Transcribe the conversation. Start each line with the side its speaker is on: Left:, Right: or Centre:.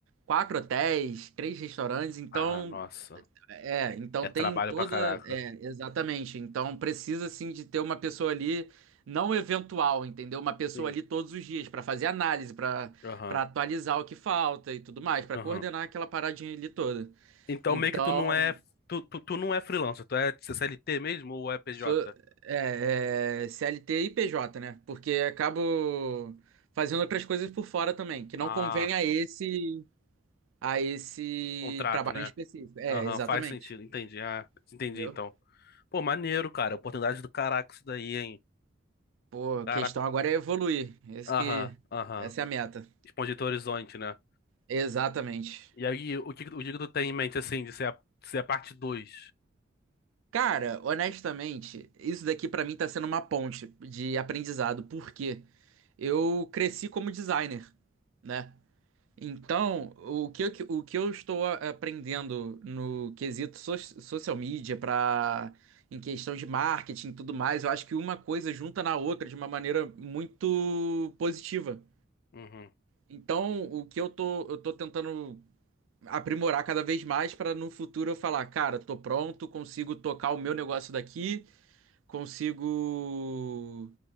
Right: quatro hotéis, três restaurantes, então,
Left: Ah, nossa.
Right: é, então
Left: É trabalho
Right: tem toda,
Left: pra caraca.
Right: é, exatamente, então precisa assim de ter uma pessoa ali não eventual, entendeu? Uma pessoa
Left: Sim.
Right: ali todos os dias para fazer análise, para
Left: Aham.
Right: para atualizar o que falta e tudo mais, para
Left: Aham.
Right: coordenar aquela paradinha ali toda.
Left: Então
Right: Então,
Left: meio que tu não é. Tu, tu, tu não é freelancer, tu é CLT mesmo ou é PJ?
Right: Sou, é, é, CLT e PJ, né? Porque acabo fazendo outras coisas por fora também, que
Left: Ah,
Right: não convém a esse, a esse
Left: contrato,
Right: trabalho
Left: né?
Right: em específico. É,
Left: Aham,
Right: exatamente.
Left: faz sentido, entendi. Ah, entendi
Right: Entendeu?
Left: então. Pô, maneiro, cara. Oportunidade do caraca isso daí, hein?
Right: Pô, A
Left: Caraca.
Right: questão agora é evoluir. Esse
Left: Aham,
Right: que,
Left: aham.
Right: essa é a meta.
Left: Expandir teu horizonte, né?
Right: Exatamente.
Left: E aí, o que, o que que tu tem em mente, assim, de ser a, de ser a parte 2?
Right: Cara, honestamente, isso daqui pra mim tá sendo uma ponte de aprendizado, porque eu cresci como designer, né? Então, o que eu, o que eu estou a- aprendendo no quesito so- social media para em questão de marketing e tudo mais, eu acho que uma coisa junta na outra de uma maneira muito positiva.
Left: Uhum.
Right: Então, o que eu tô, eu tô tentando aprimorar cada vez mais para no futuro eu falar, cara, tô pronto, consigo tocar o meu negócio daqui, consigo